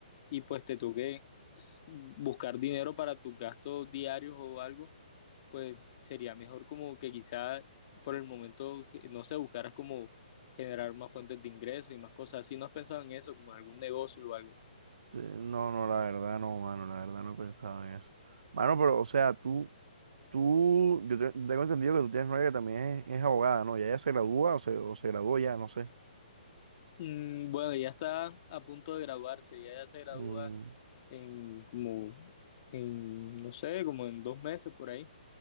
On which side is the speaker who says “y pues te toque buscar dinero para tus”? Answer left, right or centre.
Left